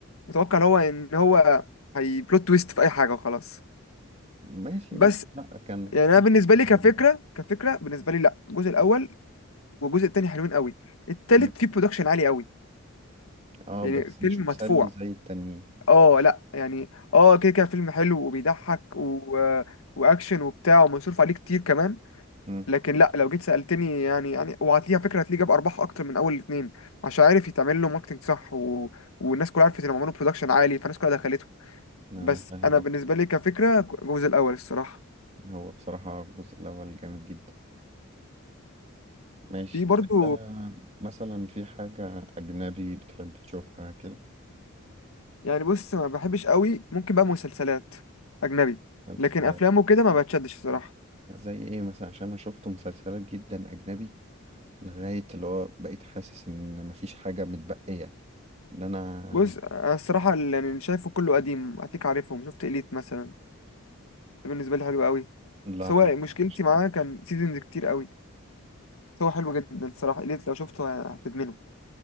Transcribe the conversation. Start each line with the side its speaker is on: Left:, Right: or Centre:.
Left: متوقع اللي هو ان هو هي بلوت تويست في اي حاجه وخلاص
Right: ماشي
Left: بس
Right: بس لا كان
Left: يعني
Right: في
Left: انا بالنسبه
Right: فكرة
Left: لي
Right: حلوة
Left: كفكره كفكره بالنسبه لي لا الجزء الاول والجزء التاني حلوين قوي التالت
Right: مم.
Left: فيه برودكشن عالي قوي
Right: اه
Left: يعني
Right: بس
Left: فيلم
Right: مش مسلي
Left: مدفوع
Right: زي التانيين
Left: اه لا يعني اه كده كده فيلم حلو وبيضحك و... واكشن وبتاع ومصروف عليه كتير كمان
Right: مم.
Left: لكن لا لو جيت سالتني يعني يعني وهتلاقيها فكره هتلاقيه جاب ارباح اكتر من اول الاثنين عشان عارف يتعمل له ماركتنج صح و... والناس كلها عرفت انهم عملوا برودكشن عالي فالناس كلها دخلته
Right: لا
Left: بس
Right: أنا فاهم
Left: انا
Right: قصدي
Left: بالنسبه لي كفكره الجزء الاول الصراحه
Right: هو بصراحة الجزء الأول جامد جدا ماشي
Left: في برضو
Right: طب أنت مثلا في حاجة أجنبي بتحب تشوفها كده
Left: يعني بص ما بحبش قوي ممكن بقى مسلسلات اجنبي
Right: مسلسلات
Left: لكن افلامه كده ما بتشدش الصراحه
Right: زي ايه مثلا عشان انا شفت مسلسلات جدا اجنبي لغاية اللي هو بقيت حاسس ان مفيش حاجة متبقية ان انا
Left: بص أنا الصراحه اللي يعني اللي شايفه كله قديم هتلاقيك عارفهم شفت إليت مثلا ده بالنسبه لي حلو قوي
Right: لا
Left: بس هو مشكلتي
Right: مفيش
Left: معاه
Right: دي.
Left: كان سيزونز كتير قوي بس هو حلو جدا الصراحه إليت لو شفته هتدمنه